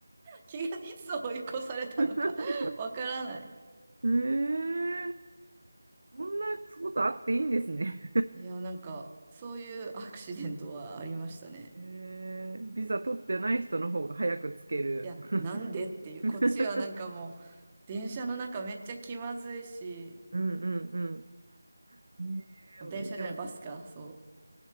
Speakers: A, on the right (about 20°); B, on the right (about 65°).
A: 気が、いつ追い越されたのかわからない。
B: <laughs> へえ、そんなことあっていいんですね。
A: いや、なんか、そういうアクシデントはありましたね。
B: へえ、ビザ取ってない人の方が早くつける。
A: いや、なんでっていう、
B: <laughs>
A: こっちはなんかもう、電車の中めっちゃ気まずいし、
B: うんうんうん。へ
A: あ電車じゃない、
B: え、でも、
A: バスか、そ